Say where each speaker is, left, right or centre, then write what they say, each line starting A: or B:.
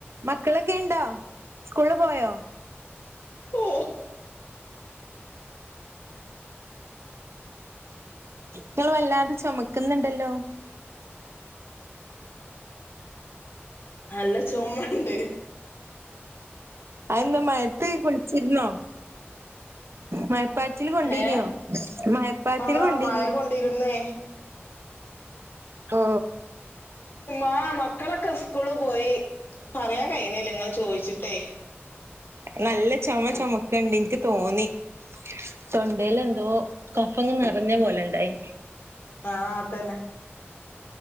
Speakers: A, on the right; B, on the left.
A: മക്കളൊക്കെ ഇണ്ടോ സ്കൂളില് പോയോ
B: ഓ
A: നിങ്ങള് വല്ലാതെ ചുമക്കുന്നുണ്ടല്ലോ
B: നല്ല ചുമയുണ്ട്
A: അതെന്താ മഴയത്ത് കുളിച്ചിരുന്നൊ മയപ്പാ ച്ചില് കൊണ്ടീനോ
B: ഏ
A: മയപ്പാച്ചില്
B: ആഹ്
A: കൊണ്ടീനോ
B: മഴ കൊണ്ടിരുന്നേ
A: ഓ
B: ആഹ് മക്കളൊക്കെ സ്കൂളി പോയി. പറയാൻ കഴയണില്ല നിങ്ങള് ചോ ച്ചിട്ടെ.
A: നല്ല ചുമ ചുമക്കണ്ട് എനിക്ക് തോന്നി തൊണ്ടയിലെന്തോ കഫം നിറഞ്ഞ പോലെ ഇണ്ടായി
B: ആഹ് അതന്നെ